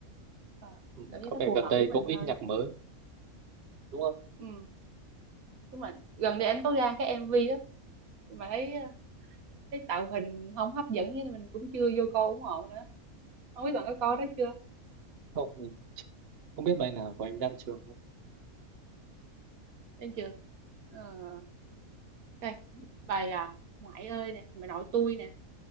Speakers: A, on the right (about 75°); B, on the right (about 50°).
A: Ờ,
B: Ừ,
A: cảm giác
B: có
A: nó
B: vẻ
A: phù
B: gần
A: hợp
B: đây
A: với mình
B: cũng
A: hơn
B: ít nhạc mới, đúng không?
A: ừ đúng rồi gần đây anh có ra cái MV đó nhưng mà thấy ờ, thấy tạo hình không hấp dẫn nên mình cũng chưa vô coi ủng hộ nữa không biết bạn có coi đó chưa
B: Không, mình không biết bài nào của anh Đan Trường không?
A: em chưa Ờ, đây bài à, ngoại ơi nè bài nội tôi nè